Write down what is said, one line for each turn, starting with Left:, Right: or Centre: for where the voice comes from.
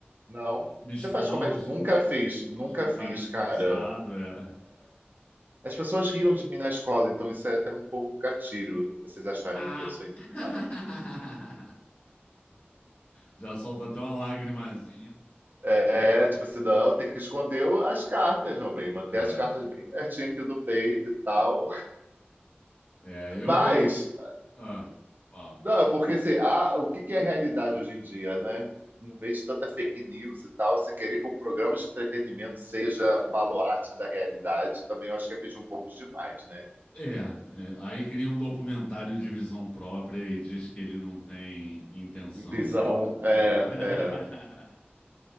Right: não.
Left: Me esforço,
Right: Você faz comédia? Nunca
Left: eu
Right: fiz, nunca
Left: sou um
Right: fiz,
Left: cara esforçado.
Right: cara.
Left: É.
Right: As pessoas riam de mim na escola, então isso é até um pouco gatilho, vocês acharem
Left: Ah.
Right: que eu sou engraçado.
Left: <laughs> Já solta até uma lagrimazinha.
Right: É, tipo assim, não, tem que esconder o- as cartas, meu bem, manter
Left: É,
Right: as cartas bem pertinho aqui do peito e tal.
Left: é, eu,
Right: Mas,
Left: eu, ah, fala.
Right: não, é porque assim, a- o que que é realidade hoje em dia, né? No meio de tanta fake news e tal, você querer que o programa de entretenimento seja o baluarte da realidade, também eu acho que é pedir um pouco demais, né?
Left: É, é, aí cria um documentário de visão própria e diz que ele não tem intenção.
Right: Visão, é,
Left: É. <laughs>
Right: é,